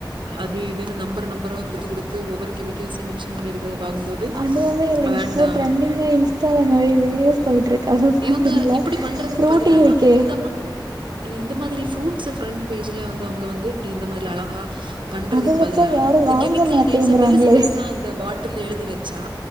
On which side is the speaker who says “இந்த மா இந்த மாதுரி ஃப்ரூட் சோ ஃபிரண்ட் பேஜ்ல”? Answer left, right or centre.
Right